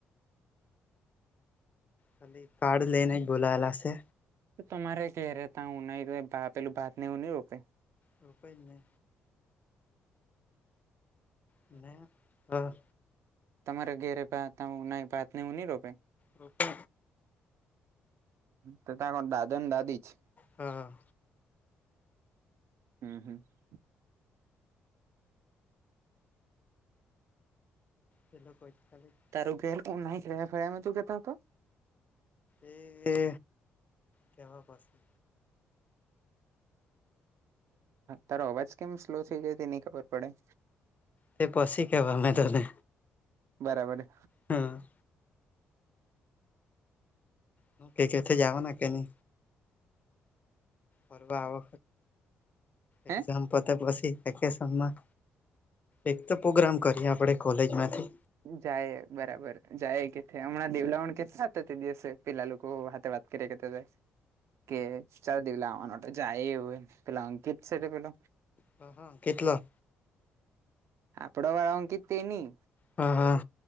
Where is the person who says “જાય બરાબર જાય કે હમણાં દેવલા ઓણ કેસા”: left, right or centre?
Right